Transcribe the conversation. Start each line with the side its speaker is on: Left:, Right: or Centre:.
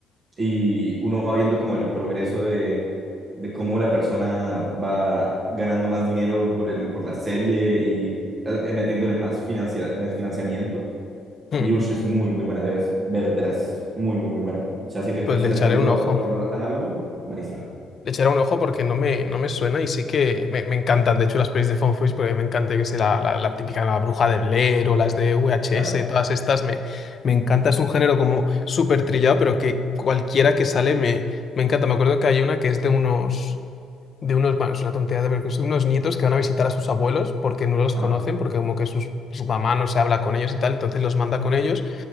Right: y uno va viendo como el progreso de, de cómo la persona va ganando más dinero por el, por la serie y eh, metiéndole más, financia- más financiamiento.
Left: mm.
Right: Y uy, es muy, muy buena, debes vértela, es muy, muy, muy buena. O sea, si te gusta
Left: Pues le
Right: el
Left: echaré
Right: estilo
Left: un ojo.
Right: horror análogo, buenísima.
Left: Le echaré un ojo porque no me, no me suena y sí que me, me encantan, de hecho, las pelis de Found Footage porque me encanta que sea la, la, la típica La Bruja de Blair o las de VHS,
Right: Claro,
Left: todas estas, me, me encanta, es un género como súper trillado, pero que cualquiera que sale me, me encanta. Me acuerdo que hay una que es de unos, de unos, bueno, es una tontería de ver, que es de unos nietos que van a visitar a sus abuelos porque no los
Right: ajá,
Left: conocen, porque como que sus, su mamá no se habla con ellos y tal, entonces los manda con ellos